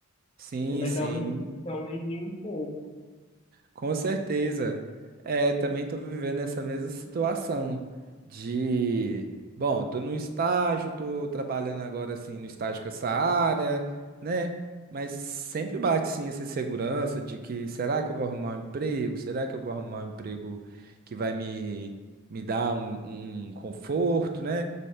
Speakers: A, on the right (about 45°); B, on the left (about 25°).
A: sim,
B: Vai
A: sim.
B: dar um, dar um medinho um pouco.
A: Com certeza. É, também estou vivendo essa mesma situação de, bom, estou no estágio, estou trabalhando agora assim no estágio com essa área, né? Mas sempre bate sim essa insegurança de que será que eu vou arrumar um emprego? Será que eu vou arrumar um emprego que vai me, me dar um, um conforto, né?